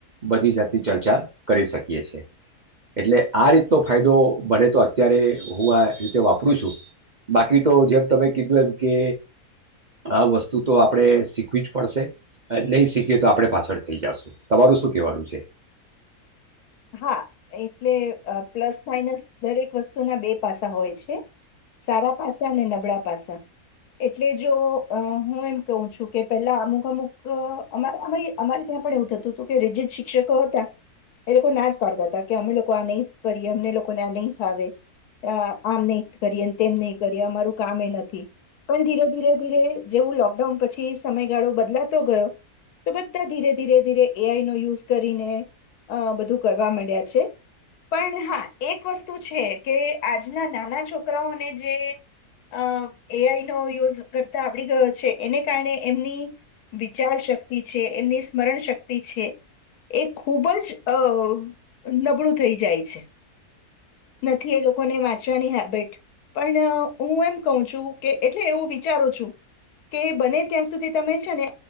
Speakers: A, on the right (about 55°); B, on the left (about 80°).
A: બધી જાતની ચર્ચા કરી શકીએ છે, એટલે આ રીતનો ફાયદો ભને તો અત્યારે હું આ રીતે વાપરું છું, બાકી તો જેમ તમે કીધું એમ કે આ વસ્તુ તો આપણે શીખવી જ પડશે નહીં શીખએ તો આપણે પાછળ થઈ જશું, તમારું શું કહેવાનું છે?
B: હા એટલે પ્લસ માઇનસ દરેક વસ્તુના બે પાસા હોય છે, સારા પાસા અને નબળા પાસા એટલે જો હું એમ કહું છું, કે પેલા અમુક અમુક અરી અમારી ત્યાં પણ એવું થતું હતું કે રિજિટ શિક્ષકો હતા એ લોકો નાશ પાડતા હતા કે અમે લોકો આ નહીં કરીએ, અમને લોકોને આ નહીં ફાવે આમ નહીં કરીએ તેમ નહી કરીએ અમારું કામ એ નથી પણ ધીરે ધીરે ધીરે જેવું લોકડાઉન પછી સમયગાળો બદલાતો ગયો તો બધા ધીરે ધીરે ધીરે એઆઈ નો યુઝ કરીને અ બધું કરવા માંડ્યા છે, પણ હા એક વસ્તુ છે કે આજના નાના છોકરાઓને જે અ એઆઈ નો યુઝ કરતા આવડી ગયો છે, એને કારણે એમની વિચાર શક્તિ છે, એમની સ્મરણ શક્તિ છે એ ખૂબ જ અ નબળું થઈ જાય છે, નથી એ લોકોને વાંચવાની હેબિટ પણ હું એમ કહું છું, કે એટલે એવું વિચારું છું કે બને ત્યાં સુધી તમે છે, ને